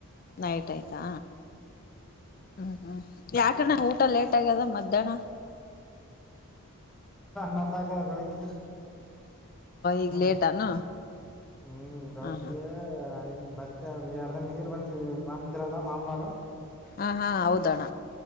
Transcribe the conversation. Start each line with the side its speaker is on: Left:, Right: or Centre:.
Left: ನೈಟ್ ಆಯ್ತಾ ಹ್ಮ್ ಹ್ಮ್ ಯಾಕ ಅಣ್ಣ ಊಟ ಲೇಟ್ ಟ್ಟ ಕದ ಮದ್ಯಾಹ್ನ
Centre: ನೊಂದ ಆ್ದ ಬೆಳಿಗ್ಗೆ
Left: ಈಗ
Centre: ಹ್ಮ್
Left: ಲೇಟಾನ
Centre: ಹ್ಮ್ ಬೆಳಿಗ್ಗೆ
Left: ಹಾ ಹಾ
Centre: ಐ ಬಟ್ಟೆ ಎರದನ್ ನೀರ್ ಬಂದ ಬಂದ್ರಲ್ಲ ಮಾಮನಾರ
Left: ಹಾ ಹಾ ಹೌದ ಅಣ್ಣ